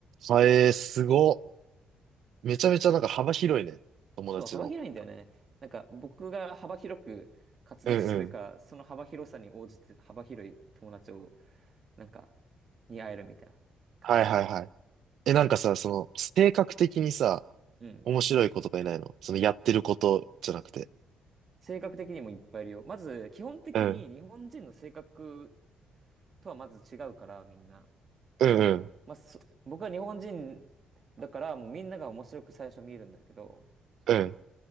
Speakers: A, on the right (about 70°); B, on the right (about 45°).
A: あえー、すごっ。めちゃめちゃなんか幅広いね。友達の。
B: そう、幅広いんだよね。なんか僕が幅広く活動してるから、
A: うん、うん。
B: その幅広さに応じて幅広い友達を、なんか、に会えるみたいな感じかな。
A: はいはいはい。え、なんかさ、その、性格的にさ、
B: うん。
A: 面白い子とかいないのその、やってることじゃなくて。
B: 性格的にもいっぱいいるよ。まず、基本的に日本人の性格
A: うん。
B: とはまず違うから、みんな。
A: うん、うん、
B: まあ、そ僕は日本人だから、もうみんなが面白く最初見えるんだけど、
A: うん、